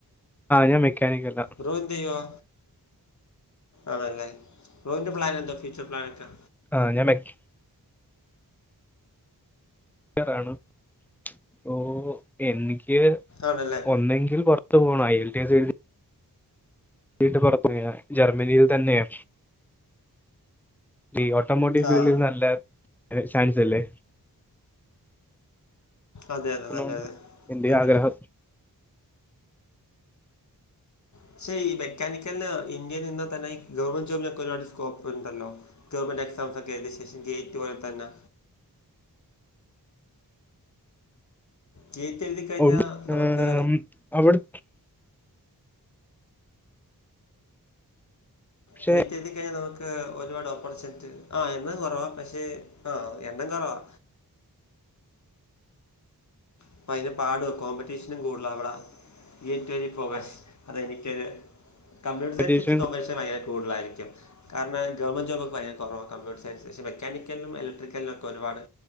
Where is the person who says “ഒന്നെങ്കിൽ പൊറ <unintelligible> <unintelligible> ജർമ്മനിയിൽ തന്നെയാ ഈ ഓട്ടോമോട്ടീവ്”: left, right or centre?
Centre